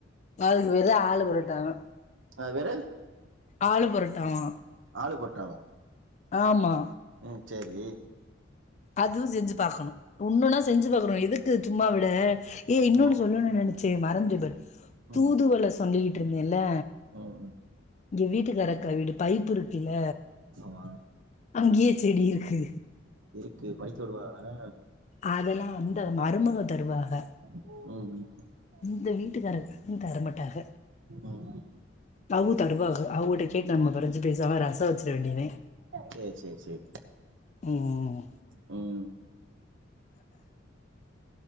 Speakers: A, on the left; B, on the right.
A: அதுக்கு பேருதா ஆளு பரோட்டாவா
B: அதுக்கு பேரு
A: ஆளு பொரோட்டாவா
B: ஆளு பொரோட்டாவா
A: ஆமா
B: ம் சேரி
A: அதுவு செஞ்சு பாக்கணு ஒன்னொன்னா செஞ்சு பாக்குறோ எதுக்கு சும்மா விட ஏ இன்னொன்னு
B: ம் ம்
A: சொல்லணு நெனச்சே மறந்துட்டேபாரு தூதுவல
B: ம்
A: சொல்லிக்கிட்டு இருந்தேல்ல
B: ம்
A: இங்க வீட்டுக்கார அக்கா வீடு பைப்பு இருக்குல்ல
B: ஆமா
A: அங்கேயே செடி இருக்கு
B: இருக்கு பறிச்சுடு வருவதான
A: அதெல்லா அந்த மருமக தருவாக
B: ம் ம் ம்
A: இந்த வீட்டுக்காரங்க தரமாட்டாங்க
B: ம்
A: அதுவு தருவாக அவுங்ட்ட கேட்டு நம்ம பரிச்சு பேசாம ரசோ வெச்சிட வேண்டியதே
B: சேர் சேர் சேரி
A: ம்
B: ம்